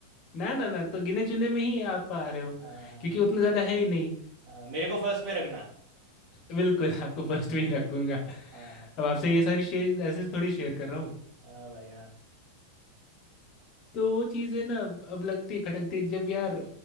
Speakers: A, on the left; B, on the right.
A: ना ना ना तो गिने चुने में ही आप आ रहे हो
B: हाँ हाँ
A: क्योंकि उतना ज़्यादा है ही नहीं
B: हाँ मेरे को फर्स्ट पे रखना
A: बिल्कुल आपको फर्स्ट में ही रखूंगा
B: हाँ हाँ
A: अब आपसे ये सारी चीज ऐसे थोड़ी शेयर कर रहा हूँ
B: हाँ भाई हाँ
A: तो वो चीज़ है ना अब लगती है खटकती है, जब यार